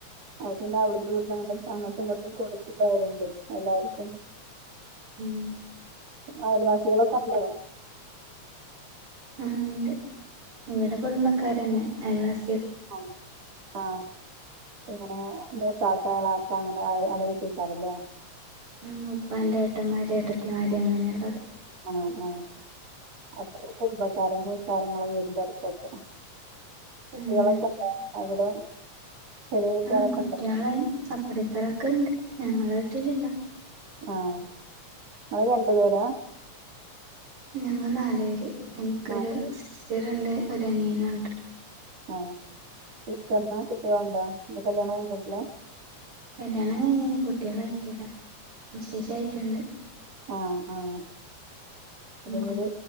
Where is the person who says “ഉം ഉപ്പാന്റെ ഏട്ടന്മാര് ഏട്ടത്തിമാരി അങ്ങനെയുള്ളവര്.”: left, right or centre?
Right